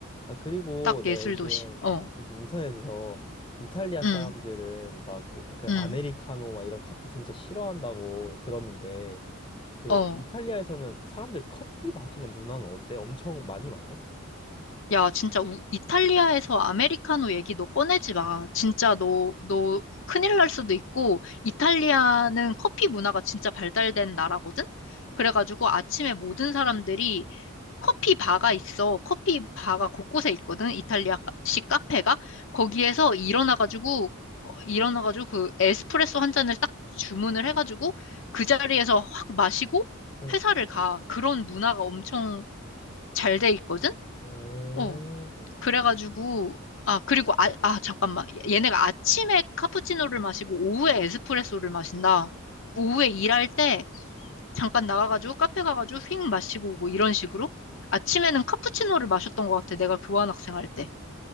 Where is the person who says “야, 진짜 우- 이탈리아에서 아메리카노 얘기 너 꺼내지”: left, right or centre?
Left